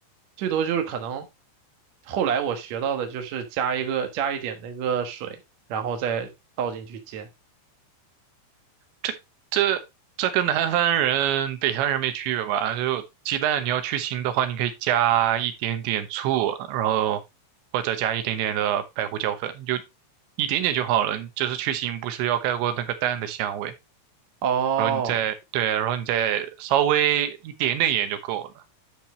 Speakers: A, on the right; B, on the right.
A: 最多就是可能后来我学到的就是加一个加一点那个水，然后再倒进去煎。
B: 这这这跟南方人、北方人没区别吧？就鸡蛋你要去腥的话，你可以加一点点醋，然后或者加一点点的白胡椒粉，就一点点就好了。就是去腥，不是要盖过那个蛋的香味，
A: 哦，
B: 然后你再对，然后你再稍微一点点盐就够了。